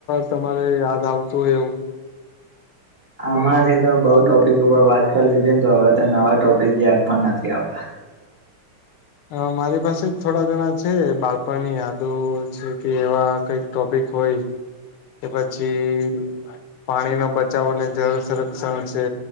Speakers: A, on the left; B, on the right.
A: તમારે યાદ આવતું હોય એવું.
B: આમાંથી તો બઉ ટોપિક ઉપર વાત કરી લીધી ને તો હવે તો નવા ટોપિક યાદ પણ નથી આવતા.
A: અ મારી પાસે થોડા ઘણા છે બાળપણની યાદો છે કે એવા કઈક ટોપિક હોય. કે પછી પાણી નો બચાવ જરૂર સંરક્ષણ વિશે